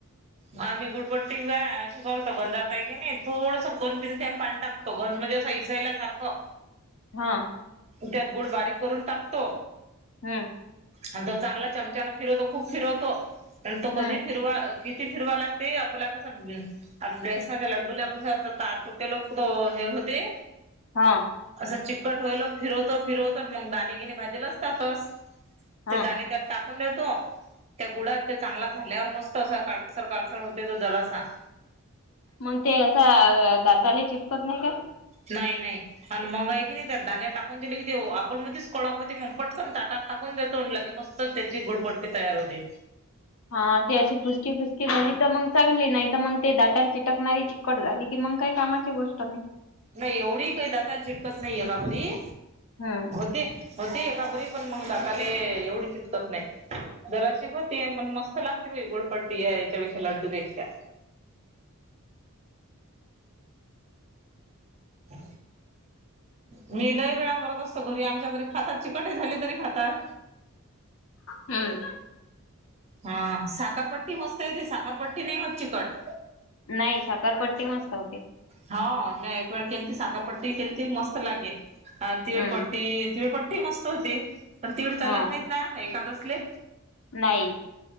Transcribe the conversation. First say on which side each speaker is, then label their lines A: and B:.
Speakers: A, on the right; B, on the left.
A: म आम्ही गुळपट्टी <unintelligible> अशी करतो पण जाताय की नाय, थोडसं दोन तीन थेंब पाणी टाक तो गंज मध्ये असा इसायल्या सारखं
B: हा
A: त्यात गुळ बारीक करून टाकतो.
B: हा
A: आणि तो चांगला चमचाना फिरवतो. खूप फिरवतो. आणि तो कधी
B: हम्म
A: फिरवा किती फिरवा लागते आपला कसां आप बेसना का लड्डूला आपण कस तार फुटायलोक हे होते.
B: हा
A: असं चिकट होईलो फिरवतो फिरवतो. मंग दाणे गिणे भाजेल असतातचं.
B: हा
A: ते दाणे त्यात टाकून देतो त्या गुळात ते चांगला झाल्यावर मस्त असआता. सकाळ होते तो त्याला सांग.
B: मग ते असं दाताले चिटकत नाही का.
A: नाही नाही आणि मगाय की नाही तर दाण्या टाकून दिले की ते आपण मधच कळख होते मग पटकन तााटात. टाकून देत होते लागे मस्त त्याची गुळपट्टी तयार होते.
B: हा ते पुसकी पुसकी झाली तर मग चांगली नाही तर मग ती दाताला चिटकणारी कड की काय कामाची गोष्ट नाही.
A: नाही एवढी काही दाताल चीटकत नाहीये
B: हम्म
A: ते एवढी बरी पण मग दाताले एवढी चिटकत नाही. जरा अशी होतीय पण मस्त लागते भई गुळ बट्टी या याच्यापेक्षा लंडुपेक्षा. ह... मी लय वेळा करत असतो घरी आमच्या घरी खातात चिकटे झाली तरी खातात.
B: हम्म...
A: ह साखरपट्टी मस्त येते साखरपट्टी नाही होत चिकट.
B: नाही साखरपट्टी मस्त होते.
A: हा ते एक वेळ केलती साखरपट्टी केलती मस्त लागेल तीळपट्टी,
B: हम्म
A: तीळपट्टी. ती मस्त होती पण तीळ चालत
B: हा
A: नाहीत ना एकादसले.
B: नाही..